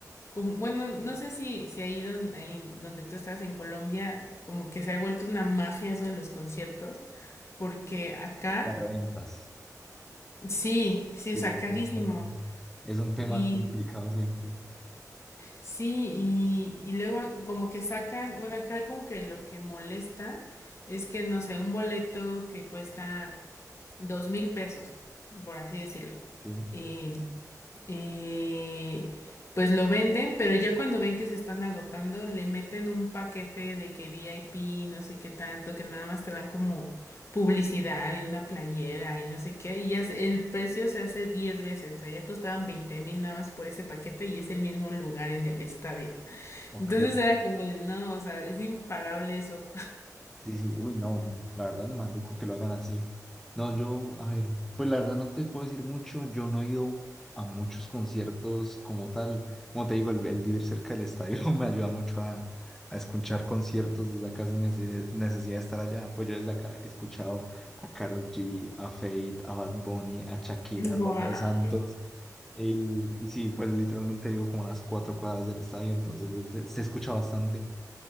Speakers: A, on the left; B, in the centre.
A: como bueno, no sé si, si ahí, donde, ahí donde tú estás en Colombia, como que se ha vuelto una mafia eso de los conciertos, porque acá
B: las reventas.
A: sí, sí,
B: Sí,
A: está
B: es
A: carísimo.
B: un tema, es un tema
A: Y
B: complicado siempre.
A: sí, y, y luego como que sacan, bueno, acá como que lo que molesta es que, no sé, un boleto que cuesta dos mil pesos, por así decirlo.
B: Sí,
A: Y, y, pues lo venden, pero ya cuando ven que se están agotando, le meten un paquete de que VIP, no sé qué tanto, que nada más te dan como publicidad y una playera y no sé qué, y ya se- el precio se hace 10 veces, o sea, ya costaban veinte mil nada más por ese paquete y es el mismo lugar en el estadio.
B: ok.
A: Entonces era como, de, no, o sea, es impagable eso.
B: Sí, sí, uy, no, la verdad, maluco que lo hagan así. No, yo, a ver, pues la verdad no te puedo decir mucho, yo no he ido a muchos conciertos como tal. Como te digo, el, el vivir cerca del estadio <laughs> me ayuda mucho a, a escuchar conciertos desde acá sin nece- necesidad de estar allá. Pues yo desde acá he escuchado a Karol G, a Fate, a Bad Bunny, a Shakira, a Romeo
A: Guau.
B: Santos. Y, y sí, pues literalmente vivo como a unas cuatro cuadras del estadio, entonces se se escucha bastante.